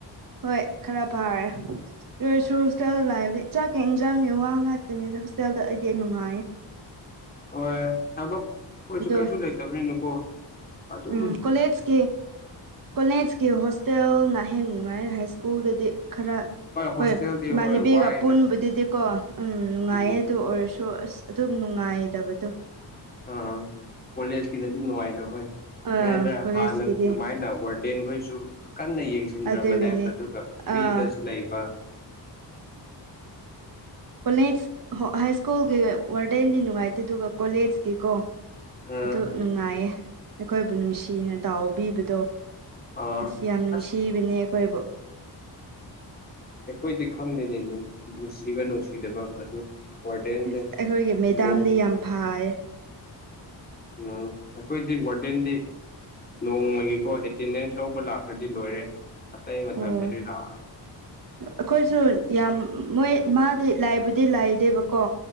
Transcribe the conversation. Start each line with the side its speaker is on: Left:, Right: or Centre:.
Right: ꯍꯣꯏ ꯈꯔ ꯐꯥꯔꯦ ꯑꯣꯢꯁꯨ ꯍꯣꯁꯇꯦꯜꯗ ꯂꯩꯕꯗꯤ ꯆꯥꯛꯀ ꯌꯦꯟꯖꯥꯡꯅꯤ ꯋꯥ ꯉꯥꯛꯇꯅꯤꯗ ꯍꯣꯁꯇꯦꯜꯗ ꯑꯩꯗꯤ ꯅꯨꯡꯉꯥꯏꯌꯦ
Left: ꯍꯣꯏ ꯊꯕꯛ ꯑꯩꯈꯣꯏꯁꯨ
Right: ꯑꯗꯣ
Left: ꯀꯩꯁꯨ ꯂꯩꯇꯕꯅꯤꯅꯀꯣ ꯑꯗꯨꯝ
Right: ꯎꯝ ꯀꯣꯂꯦꯖ ꯀꯤ ꯀꯣꯂꯦꯖꯀꯤ ꯍꯣꯁꯇꯦꯜꯅ ꯍꯦꯟꯅ ꯅꯨꯡꯉꯥꯏ ꯍꯥꯏ ꯁ꯭ꯀꯨꯜꯗꯗꯤ ꯈꯔ
Left: ꯍꯣꯁꯇꯦꯜꯗꯤ
Right: ꯍꯣꯏ ꯏꯃꯥꯟꯅꯕꯤꯒ
Left: ꯍꯣꯏ ꯋꯥꯏꯗ
Right: ꯄꯨꯟꯕꯗꯨꯗꯤꯀꯣ ꯎꯝ ꯅꯨꯡꯉꯥꯏꯌꯦ
Left: ꯎꯝ
Right: ꯑꯗꯨ ꯑꯣꯏꯔꯁꯨ ꯑꯁ ꯑꯗꯨꯝ ꯅꯨꯡꯉꯥꯏꯗꯕꯗꯣ
Left: ꯑꯥ ꯀꯣꯂꯦꯖꯀꯤꯅꯗꯤ ꯅꯨꯡꯉꯥꯏꯗꯥ ꯍꯣꯏ
Right: ꯑꯥ
Left: ꯀꯩ ꯍꯥꯏꯗꯔꯥ
Right: ꯀꯣꯂꯦꯖꯀꯤꯗꯤ
Left: ꯍꯥꯟꯅ ꯑꯗꯨꯃꯥꯏꯅ ꯋꯥꯔꯗꯦꯟꯈꯣꯏꯁꯨ ꯀꯟꯅ ꯌꯦꯡꯁꯤꯟꯗ꯭ꯔꯕꯅꯦ
Right: ꯑꯗꯨꯒꯤꯅꯤ
Left: ꯑꯗꯨꯒ ꯐ꯭ꯔꯤꯗꯁꯨ
Right: ꯑꯥ
Left: ꯂꯩꯕ
Right: ꯀꯣꯂꯦꯖ ꯍꯥꯏ ꯁ꯭ꯀꯨꯜꯒꯤ ꯋꯥꯔꯗꯦꯟꯗꯤ ꯅꯨꯡꯉꯥꯏꯇꯦ ꯑꯗꯨꯒ ꯀꯣꯂꯦꯖꯀꯤꯀꯣ
Left: ꯑꯥ
Right: ꯑꯗꯨ ꯅꯨꯡꯉꯥꯏꯌꯦ ꯑꯩꯈꯣꯏꯕꯨ ꯅꯨꯡꯁꯤꯅ ꯇꯥꯎꯕꯤꯕꯗꯣ
Left: ꯑꯥ
Right: ꯑꯁ ꯌꯥꯝ ꯅꯨꯡꯁꯤꯕꯅꯦ
Left: ꯑꯁ
Right: ꯑꯩꯈꯣꯏꯕꯨ
Left: ꯑꯩꯈꯣꯏꯗꯤ ꯈꯪꯗꯦꯅꯦ ꯅꯨꯡꯁꯤꯕ ꯅꯨꯡꯁꯤꯗꯕ ꯑꯗꯨ ꯋꯥꯔꯗꯦꯟꯁꯦ
Right: ꯏꯁ ꯑꯩꯈꯣꯏꯒꯤ ꯃꯦꯗꯥꯝꯗꯤ
Left: ꯗꯣ
Right: ꯌꯥꯝ ꯐꯥꯌꯦ
Left: ꯑꯥ ꯑꯩꯈꯣꯏꯗꯤ ꯋꯥꯔꯗꯦꯟꯗꯤ ꯅꯣꯡꯃꯒꯤꯀꯣ ꯑꯦꯇꯦꯟꯗꯦꯟꯁ ꯂꯧꯕ ꯂꯥꯛꯈ꯭ꯔꯥꯗꯤ ꯂꯣꯏꯔꯦ ꯑꯇꯩ ꯃꯇꯝꯗꯗꯤ
Right: ꯑꯣ
Left: ꯂꯥꯛꯑꯔꯣꯏꯅꯤ
Right: ꯑꯩꯈꯣꯏꯁꯨ ꯌꯥꯝ ꯃꯣꯏ ꯃꯥꯗꯤ ꯂꯥꯏꯕꯨꯗꯤ ꯂꯥꯏꯗꯦꯕꯀꯣ